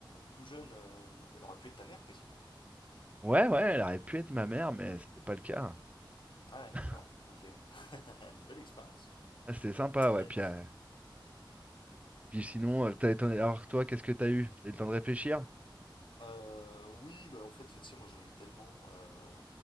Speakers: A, on the left (about 75°); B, on the right (about 15°).
A: tout jeune, euh, donc elle aurait pu être ta mère quasiment.
B: Ouais, ouais, elle aurait pu être ma mère, mais c'était pas le cas.
A: Ah, ouais,
B: <laughs>
A: d'accord, ok. <laughs> Une belle expérience.
B: Ah, c'était sympa,
A: Ouais.
B: ouais. Puis, euh, puis sinon, euh, t'as, t'en- alors toi, qu'est-ce que t'as eu? T'as eu le temps de réfléchir?
A: Euh, oui, bah en fait, tu sais, moi j'en ai eu tellement. euh,